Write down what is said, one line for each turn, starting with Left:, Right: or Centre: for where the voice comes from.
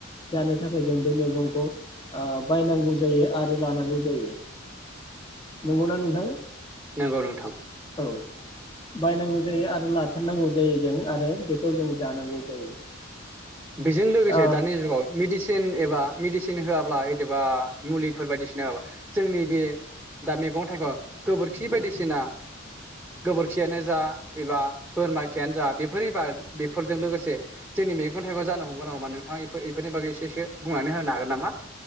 Left: जानो थाखाय जों बे मैगंखौ ओ बायनांगौ जायो आरो लानांगौ जायो नंगौना नोंथां?
Centre: नोंगौ नोंथां।
Left: औ बायनांगौ जायो आरो लाथारनांगौ जायो जों आरो बेखौ जों जानांगौ जायो।
Centre: बेजों लोगोसे
Left: औ
Centre: दानि जुगाव मेडिसिन एबा मेडिसिन होआब्ला होइदोबा मुलिफोर बायदिसिना जोंनि बे दा मैं थाइगं गोबोरखि बायदिसिना गोबोरखियानो जा एबा बोरमा खियानो जा‌ बेफोरनि बेफोरजों लोगोसे जोंनि मेगं मैगं थाइगं जानो हमगोन ना हमा नोंथाङा इफोर इफोरनि बागै एसेसो बुंनानै होनो हागोन नामा।